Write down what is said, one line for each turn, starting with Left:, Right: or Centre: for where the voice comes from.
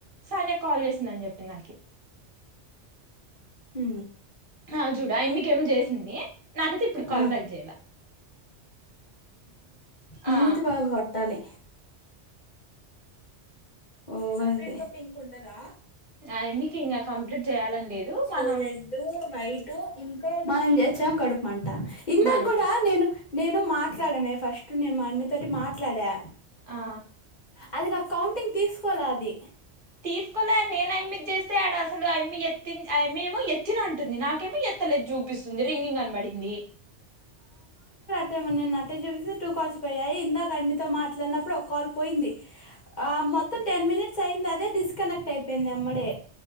Right: సాని కాల్ చేసిందని చెప్పిది నాకు
Left: హ
Right: ఆ చూడా మీకేమో చేసింది అయితే ఇప్పుడు కాల్
Left: ఆ
Right: బ్యాక్ చేయాల
Left: మూతి
Right: ఆ
Left: పగలు కొట్టాలి ఓ వె పింక్ ఉండదా
Right: ఆయమ్మికి ఇంకా కంప్లీట్ చేయాలని లేదు
Left: సో
Right: మనం
Left: రెడ్డు బయట ఇంకా మనం చేసాం కడుపుంట ఇందక
Right: మనంత
Left: కూడా నేను నేను మాట్ మాట్లాడమే ఫస్ట్ నేను మా మమ్మీతోటి మాట్లాడా
Right: ఆ
Left: అది నాకు కౌంటింగ్ తీసుకోవాల అది
Right: తీసుకోలే నేను ఆ అమ్మికి జేస్తే ఆడ అసలు ఆ అమ్మి ఎత్తి ఆ అమ్మి ఏమొ ఎత్తిన అంటుంది నాకేమో ఎత్తలేదు జూపిస్తుంది రింగింగ్ అని బడింది
Left: తేమొ నిన్న అట్టే చూపిస్తే టూ కాల్స్ పోయాయి ఇందాక ఆయమ్మితో మాట్లాడినప్పుడు ఒక కాల్ పోయింది ఆ మొత్తం టెన్ మినిట్స్ అయింది అదే డిస్కనెక్ట్ అయిపోయింది యెమ్మడే